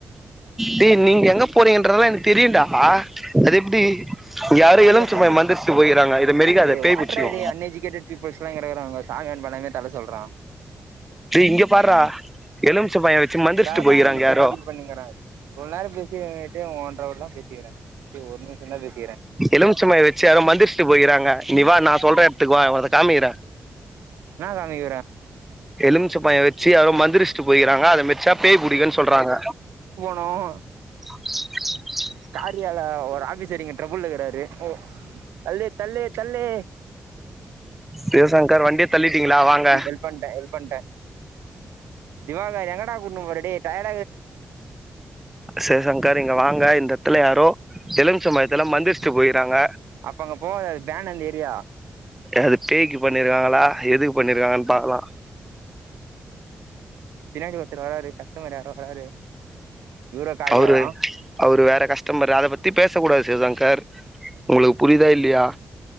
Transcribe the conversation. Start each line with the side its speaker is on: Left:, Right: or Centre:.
Centre: டேய் நீங்க எங்க போறீங்கன்றதெல்லா எனக்கு தெரியுடா அது எப்டி
Right: அது தா
Centre: யாரோ
Right: சாவி
Centre: எலுமிச்ச
Right: ஆஃப் பண்ணிடு
Centre: பழம் மந்திரிச்சுட்டு போயிறாங்க இத மெரிக்காத
Right: டேய்
Centre: பேய்
Right: வாட்றா
Centre: புடிச்சிக்கு
Right: டேய் அன் எஜிகேட்டட் பீப்புள்ஸ்லா கெடக்குறாங்கோ சாங் ஆன் பண்ணமே தல்ல சொல்றா
Centre: டேய் இங்க பார்றா எலுமிச்ச பழம் வச்சு மந்திரிச்சுட்டு
Right: ரா ரா
Centre: போயிறாங்க
Right: இங்க முக்கியமா
Centre: யாரோ
Right: டீல் பண்ணிங்கற இவ்ளோ நேரோ பேசியு இவே கிட்டையு ஒன்றவர் தா பேசி கிற சே ஒன்னு நிமிஷோதா பேசி
Centre: எலுமிச்சம் பழோ வெச்சு யாரோ மந்திரிச்சிட்டு போயிகிறாங்க நீ வா நான் சொல்ற எடத்துக்கு வா அத காமிக்கிற
Right: நா காமிக்கற
Centre: எலுமிச்ச பயோ வெச்சு யாரோ மந்திரிச்சிட்டு போய்கிறாங்க அத மெர்சா பேய் புடிக்குன்னு சொல்றாங்க
Right: அ
Centre: <inaudible>
Right: ஏரியால ஒரு ஆபீசர் இங்க ட்ரபுள்ல இருக்குறாரு ஓ தள்ளே தள்ளே தள்ளே
Centre: சிவசங்கர் வண்டிய தள்ளிட்டீங்களா வாங்க
Right: ஹெல்ப்பண்டே ஹெல்ப்பண்டே திவாகார் எங்கடா கூட்டினுபோற டா டேய் டயர்ட்
Centre: சிவசங்கர் இங்க வாங்க இந்த எத்துல யாரோ எலுமிச்ச பழத்துல மந்திர்ச் சி போய்றாங்க
Right: அப்ப அங்க போவாத அது பேன் அந்த ஏரியா
Centre: அது பேய்க்கு பண்ணிருக்காங்களா எதுக்கு பண்ணிருக்காங்கன் பாக்கலா
Right: பின்னாடி ஒருத்தர் வராரு கஸ்டமர் யாரோ வராரு இவரா காரியாவா
Centre: அவரு அவரு வேற கஸ்டமர் அத பத்தி பேச கூடாது சிவசங்கர் உங்களுக்கு புரியுதா இல்லியா